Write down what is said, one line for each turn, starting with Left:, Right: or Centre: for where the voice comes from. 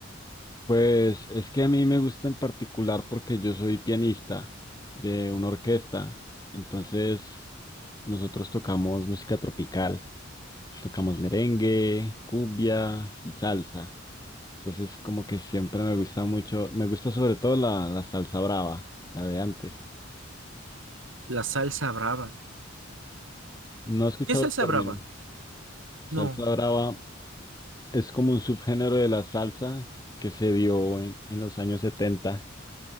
Left: pues es que a mí me gusta en particular porque yo soy pianista de una orquesta. Entonces, nosotros tocamos música tropical. Tocamos merengue, cumbia y salsa. Entonces, como que siempre me gusta mucho, me gusta sobre todo la, la salsa brava, la de antes.
Right: La salsa brava.
Left: No he escuchado
Right: ¿Qué salsa
Left: el término.
Right: brava?
Left: Salsa
Right: No,
Left: brava es como un subgénero de la salsa que se dio en, en los años setenta